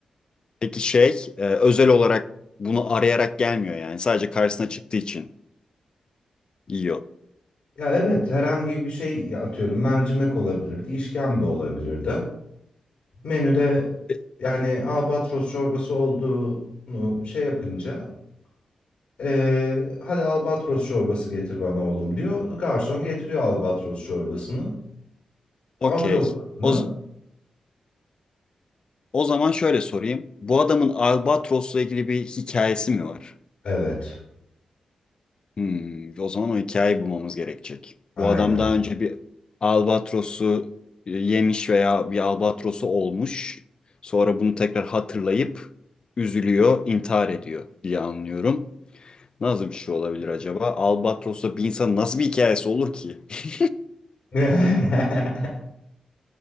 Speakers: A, on the left; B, on the left.
A: Peki şey e, özel olarak bunu arayarak gelmiyor yani sadece karşısına çıktığı için yiyor.
B: Ya evet herhangi bir şey ya atıyorum mercimek olabilirdi, işkembe olabilirdi. Menüde
A: E,
B: yani albatros çorbası olduğunu şey yapınca Ee, hadi albatros çorbası getir bana oğlum diyor. Garson getiriyor albatros çorbasını.
A: Okey.
B: Alıyor fırını.
A: O, z- o zaman şöyle sorayım. Bu adamın albatrosla ilgili bir hikayesi mi var?
B: Evet.
A: Hmm, o zaman o hikayeyi bulmamız gerekecek.
B: Aynen.
A: Bu adam daha önce bir albatrosu e, yemiş veya bir albatrosu olmuş. Sonra bunu tekrar hatırlayıp üzülüyor, intihar ediyor diye anlıyorum. Nasıl bir şey olabilir acaba? Albatrosla bir insan nasıl bir hikayesi olur ki? <laughs>
B: <laughs>